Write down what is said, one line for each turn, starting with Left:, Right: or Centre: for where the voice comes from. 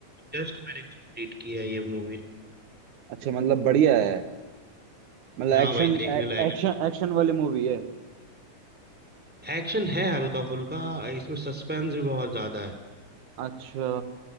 Centre: जस्ट मैंने कंप्लीट किया है ये मूवी
Right: अच्छा मतलब बढ़िया है मतलब
Centre: हाँ
Right: एक्शन
Centre: भाई देखने लायक
Right: एक्शन
Centre: है
Right: एक्शन वाली मूवी है
Centre: एक्शन है हल्का फुल्का इसमें सस्पेंस भी बहुत ज्यादा है
Right: अच्छा